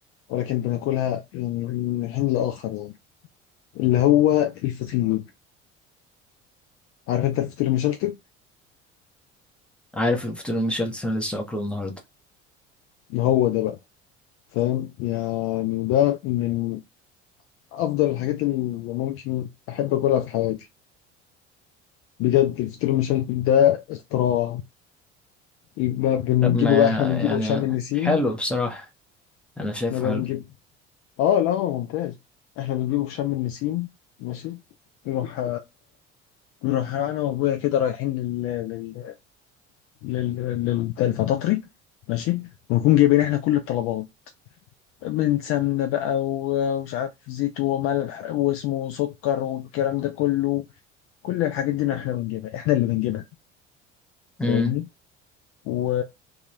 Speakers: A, on the left; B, in the centre.
A: ولكن بناكلها يعني من حين لآخر يعني اللي هو الفطير عارف انت الفطير المشلتت؟
B: عارف الفطير المشلتت انا لسه اكله النهاردة
A: هو ده بقى فاهم يعني ده من افضل الحاجات اللي ممكن احب اكلها في حياتي بجد الفطير المشلتت ده اختراع يبقى بنجيبه
B: طب ما
A: بقى احنا بنجيبه
B: يعني
A: في شم النسيم
B: حلو بصراحة انا شايفه
A: احنا بقى
B: حلو
A: بنجيب اه لا هو ممتاز احنا بنجيبه في شم النسيم ماشي نروح نروح انا وابويا كده رايحين لل لل لل لل بتاع الفطاطري ماشي ونكون جايبين احنا كل الطلبات من سمنه بقى و- ومش عارف زيت وملح واسمه سكر والكلام ده كله كل الحاجات دي احنا بنجيبها احنا اللي بنجيبها فاهمني
B: امم
A: و...